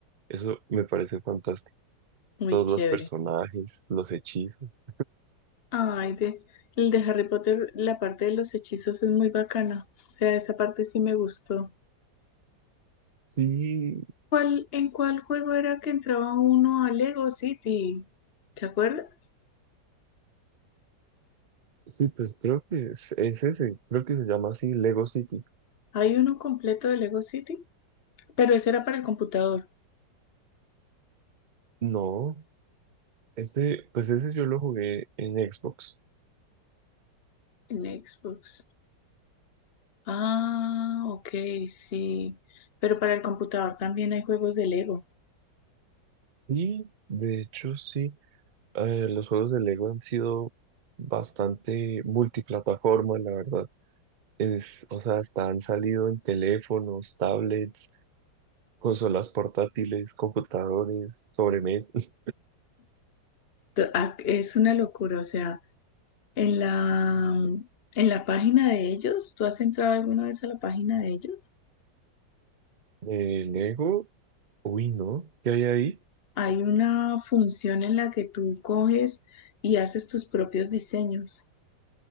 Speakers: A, on the right (about 70°); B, on the left (about 45°).
A: Eso me parece fantástico.
B: muy
A: Todos
B: chévere.
A: los personajes, los hechizos.
B: Ay, de, el de Harry Potter, la parte de los hechizos es muy bacana. O sea, esa parte sí me gustó.
A: Sí,
B: ¿Cuál, en cuál juego era que entraba uno a Lego City? ¿Te acuerdas?
A: Sí, pues creo que es, es ese, creo que se llama así Lego City.
B: Hay uno completo de Lego City, pero ese era para el computador,
A: No, este, pues ese yo lo jugué en Xbox.
B: en Xbox. Ah, ok, sí. Pero para el computador también hay juegos de Lego.
A: Sí, de hecho sí, eh, los juegos de Lego han sido bastante multiplataforma, la verdad. Es, o sea, hasta han salido en teléfonos, tablets, consolas portátiles, computadores, sobremesas.
B: T- ah, Es una locura, o sea. En la, en la página de ellos, ¿tú has entrado alguna vez a la página de ellos?
A: <laughs> de Lego, uy, ¿no? ¿Qué hay ahí?
B: Hay una función en la que tú coges y haces tus propios diseños